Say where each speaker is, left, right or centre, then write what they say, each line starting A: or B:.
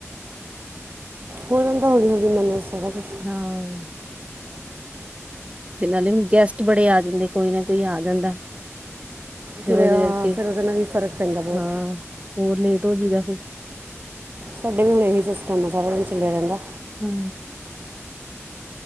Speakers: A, on the right (about 40°); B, on the right (about 25°).
A: ਹੋ ਜਾਂਦਾ ਹੌਲੀ-ਹੌਲੀ ਮੈਨੇਜ ਸਾਰਾ ਕੁਛ।
B: ਹਾਂ। ਫੇ ਨਾਲੇ ਗੈਸਟ ਬੜੇ ਆ ਜਾਂਦੇ ਕੋਈ ਨਾ ਕੋਈ ਆ ਜਾਂਦਾ।
A: ਤੁਰਿਆ
B: ਫਿਰ ਓਦੇ ਕਰਕੇ
A: ਫਿਰ ਉਹਦੇ ਨਾਲ ਵੀ ਫਰਕ ਪੈਂਦਾ ਬਹੁਤ
B: ਹਾਂ ਹੋਰ ਲੇਟ ਹੋ ਜੀਦਾ ਫੇਰ।
A: ਸਾਡੇ ਵੀ ਹੁਣ ਰਹੀ ਸਿਸਟਮ ਆ ਸਾਰਾ ਦਿਨ ਚੱਲਿਆ ਰੈਂਦਾ।
B: ਹੂੰ।